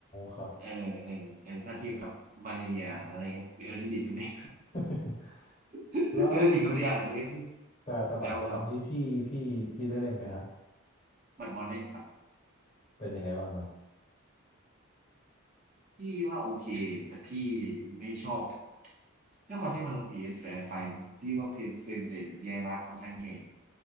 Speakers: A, on the left; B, on the right.
A: ครับ
B: เออเออเออถ้าเทียบกับมาเลเนียอะไรเงี้ยเอลเดนบีดก็ไม่ได้
A: <laughs>
B: <laughs>
A: แล้ว
B: เอลเดนบีดก็ <laughs> ไม่ได้ยากขนาดนั้นก็สิ
A: แต่แต่บัตรบอลนี้พี่พี่พี่ได้เล่นไหมฮะ
B: แล้วแล้วบัดบอลเล่นกับ
A: เป็นยังไงบ้างครับ
B: พี่ว่าโอเคแต่พี่ไม่ชอบ ด้วยความที่มันลง PS ไไฟมันพี่ว่า PS เอสเฟรมเรทมันแย่มากค่อนข้างแย่